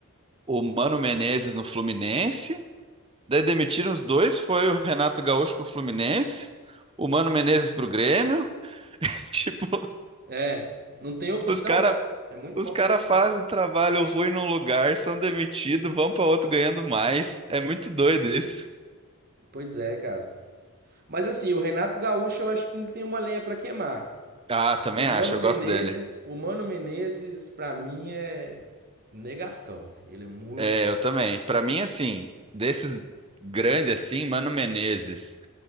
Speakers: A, on the right (about 25°); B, on the right (about 45°).
A: o Mano Menezes no Fluminense. Daí demitiram os dois, foi o Renato Gaúcho pro Fluminense, o Mano Menezes pro Grêmio. <laughs> Tipo,
B: É, não tem opção,
A: os cara,
B: né? É muito
A: os
B: falta
A: cara
B: de opção.
A: fazem trabalho ruim num lugar, são demitidos, vão para outro ganhando mais. É muito doido isso.
B: Pois é, cara. Mas assim, o Renato Gaúcho eu acho que ainda tem uma lenha pra queimar.
A: Ah, também
B: O Mano
A: acho, eu
B: Menezes,
A: gosto dele.
B: o Mano Menezes pra mim é negação, assim. Ele é muito
A: É, eu também. Para mim, assim, desses grandes assim, Mano Menezes,